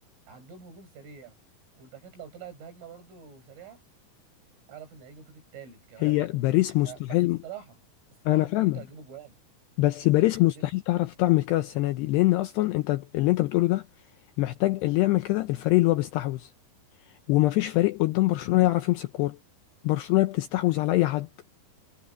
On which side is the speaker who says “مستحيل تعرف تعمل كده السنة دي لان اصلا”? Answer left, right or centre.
Left